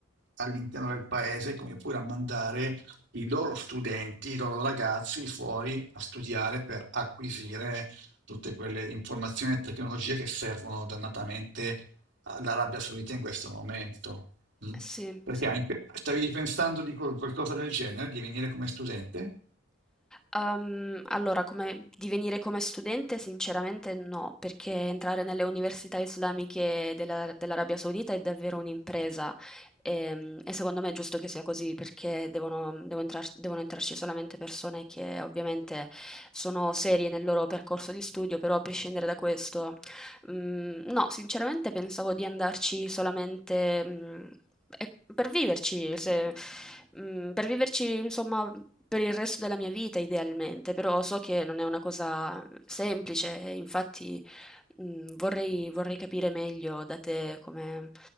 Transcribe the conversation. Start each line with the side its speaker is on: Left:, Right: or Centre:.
Right: all'interno del paese, come pure a mandare i loro studenti, i loro ragazzi fuori a studiare per acquisire tutte quelle informazioni e tecnologie che servono dannatamente all'Arabia Saudita in questo momento. mm?
Centre: sì,
Right: Perché
Centre: sì.
Right: hai imp- stavi pensando di qual- qualcosa del genere, di venire come studente?
Centre: Uhm, allora come divenire come studente sinceramente no, perché entrare nelle università islamiche della dell'Arabia Saudita è davvero un'impresa, ehm, e secondo me è giusto che sia così perché devono devo entrar devono entrarci solamente persone che ovviamente sono serie nel loro percorso di studio, però a prescindere da questo Mhmm, no, sinceramente pensavo di andarci solamente, mhmm, e per viverci, se mhmm, per viverci insomma per il resto della mia vita idealmente, però so che non è una cosa semplice e infatti, mhmm, vorrei vorrei capire meglio da te come